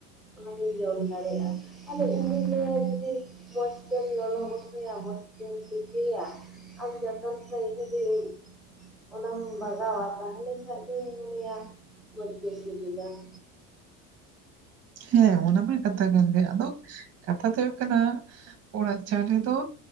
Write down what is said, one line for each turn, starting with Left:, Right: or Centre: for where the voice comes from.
Centre: ᱚᱱᱟ ᱵᱤᱱ ᱡᱚᱢ ᱫᱟᱲᱮᱭᱟᱜᱼᱟ ᱾ ᱟᱫᱚ ᱤᱧᱫᱚᱧ ᱞᱟᱹᱭᱟ ᱡᱩᱫᱤ ᱢᱚᱡᱛᱮᱢ ᱞᱚᱞᱚ ᱜᱚᱥᱚᱭᱟ ᱢᱚᱡᱛᱮᱢ ᱛᱤᱠᱤᱭᱟ ᱾ ᱟᱢ ᱡᱚᱛᱚᱱ ᱠᱷᱟᱡ ᱡᱩᱫᱤ <inaudible> ᱚᱱᱟᱢ ᱵᱟᱜᱟᱣᱟ ᱛᱟᱦᱞᱮ ᱠᱷᱟᱱ ᱫᱚᱧ ᱢᱚᱱᱮᱭᱟ ᱢᱚᱡ ᱜᱤ ᱥᱤᱵᱤᱞᱟ ᱾
Right: ᱦᱮᱸ ᱚᱱᱟᱢᱟ ᱠᱟᱛᱷᱟ ᱠᱟᱱ ᱜᱮ ᱾ ᱟᱫᱚ ᱠᱟᱛᱷᱟ ᱫᱚ ᱦᱩᱭᱩᱜ ᱠᱟᱱᱟ ᱚᱲᱟᱜ ᱪᱟᱣᱞᱮ ᱫᱚ